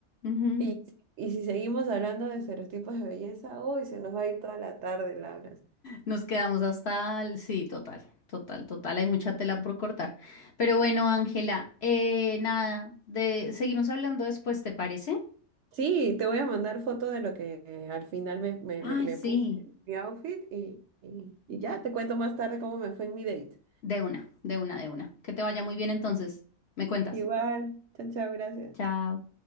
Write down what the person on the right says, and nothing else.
Y, y si seguimos hablando de estereotipos de belleza, uy, se nos va a ir toda la tarde, Laura.
Sí, te voy a mandar fotos de lo que eh, al final me, me,
me, me
puse, mi outfit, y, y, y ya te cuento más tarde cómo me fue en mi date.
Igual, chao, chao, gracias.